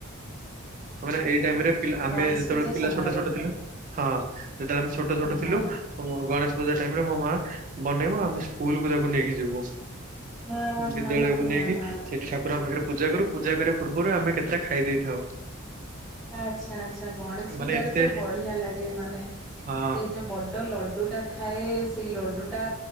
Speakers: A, on the right; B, in the centre.
A: ହଁ ମାନେ ଏଇ ଟାଇମରେ ପିଲା ଆମେ
B: ଗଣେଶ
A: ଯେତେବେଳେ
B: ପୂଜା
A: ପିଲା
B: ସମୟରେ
A: ଛୋଟ ଛୋଟ ଥିଲୁ ହଁ ଯେତେବେଳେ ଆମେ ଛୋଟ
B: ହଁ
A: ଛୋଟ ଥିଲୁ
B: ହଁ
A: ସବୁ ଗଣେଶ ପୂଜା ଟାଇମରେ ମୋ ମା ବନେଇବ ଆମେ ସ୍କୁଲକୁ ତାକୁ ନେଇକି ଯିବୁ।
B: ହଁ ହଁ ହଁ
A: ବିଦ୍ୟାଳୟକୁ
B: ହଁ
A: ନେଇକି
B: ହଁ ହଁ।
A: ସେଠି ତାକୁ କୁରଙ୍କ ପାଖରେ ପୂଜା କରୁ ପୂଜା କରିବା ପୂର୍ବରୁ ଆମେ କେତେଟା ଖାଇ ଦେଇଥାଉ।
B: ଆଚ୍ଛା ଆଚ୍ଛା ଗଣେଶ
A: ମାନେ
B: ପୂଜାରେ
A: ଏତେ
B: ତ ବଢିଆ ଲାଗେ ମାନେ
A: ହଁ
B: ସେଇ ଯୋଉ ବଡ଼ ଲଡ଼ୁଟା ଥାଏ ସେଇ ଲଡ଼ୁଟା